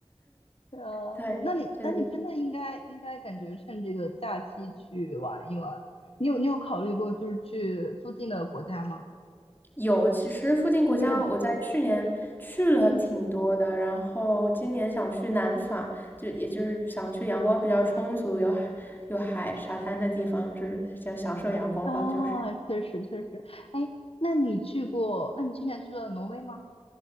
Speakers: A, on the left (about 60°); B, on the left (about 20°).
A: 呃，
B: 对，
A: 那你那你真的应该应该感觉趁这个假期去玩一玩。
B: 就等于。
A: 你有你有考虑过就是去附近的国家吗？
B: 有，其实附近国家我在去年去了挺多的，
A: 嗯嗯，
B: 然后今年想去南法，就也就是想去阳光比较充足、有海、有海、沙滩的地方，就是想享受阳光吧。
A: 啊，
B: 就是，
A: 确实确实，哎，那你去过？那你去年去了挪威吗？